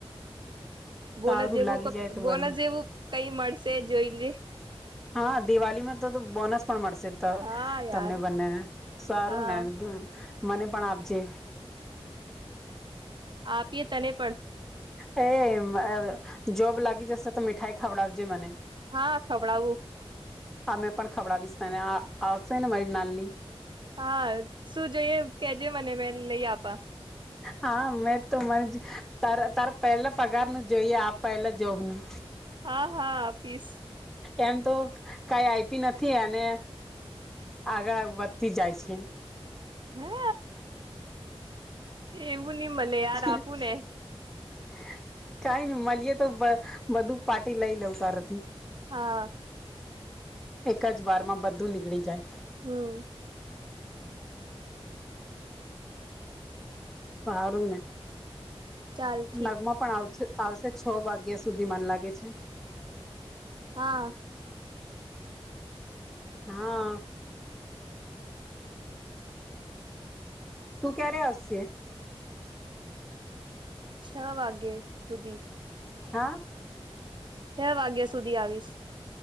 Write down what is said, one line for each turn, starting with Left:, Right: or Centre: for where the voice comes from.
Right: બોનસ
Centre: સારું
Right: જેવું
Centre: લાગી જાય તો
Right: બોનસ
Centre: બંને
Right: જેવું કઈ મળશે જોઈ લ
Centre: હા દિવાળીમાં બોનસ પણ મળશે
Right: હા
Centre: તમને
Right: યાર
Centre: બંનેને સારું
Right: હા
Centre: ને મને પણ આપજે.
Right: આપીએ તને પણ.
Centre: હે મ જોબ લાગી જશે તો મીઠાઈ ખાવડાજ મને.
Right: હા ખવડાવું
Centre: અમે પણ ખવડાવીશને એ આવશે ને મારી નાલી.
Right: હા શું જઈએ કેજે મને મે લઈ આપા
Centre: હા મેં તો મને જ તારા પહેલા પગાર નું જોઈએ આ પહેલા જોબનું
Right: હા હા આપીસ.
Centre: એમ તો કઈ આપી નથી અને આગળ વધતી જાય છે.
Right: હે એવું નહી મલે યાર
Centre: <unintelligible>
Right: આપું ને
Centre: કઈ ન મળીએે તો બ બધું પાર્ટી લઈ લઉ તારથી.
Right: હા.
Centre: એક જ વાર માં બધું નીકળી જાય.
Right: હમ
Centre: સારુંને
Right: ચાલ ઠીક
Centre: નગમાં પણ આવશે છ વાગ્યા સુધી મન લાગે છે.
Right: હા.
Centre: હા.
Right: <inaudible>
Centre: તું ક્યારે આશે
Right: છ વાગે સુધી
Centre: હા
Right: છ વાગ્યા સુધી આવીશ.